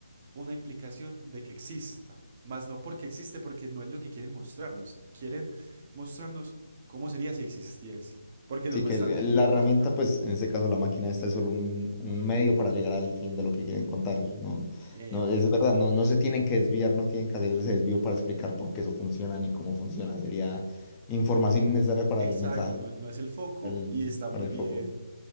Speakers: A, on the right; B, on the left.
A: una implicación de que exista, más no porque existe, porque no es lo que quieren mostrarnos. Quieren mostrarnos cómo sería si existiese, porque
B: Sí,
A: nos muestran
B: que el- el-
A: diversas
B: la herramienta,
A: problemas.
B: pues en este caso la máquina esta es solo un, un medio para llegar al fin de lo que quieren contar. No,
A: Eh,
B: no, es verdad, no, no se tienen que desviar, no tienen que hacer ese desvío para explicar por qué eso funciona ni cómo funciona. Sería información innecesaria para
A: exacto,
B: el mensaje,
A: no, no es el foco
B: para el,
A: y está
B: para
A: muy
B: el
A: bien,
B: foco.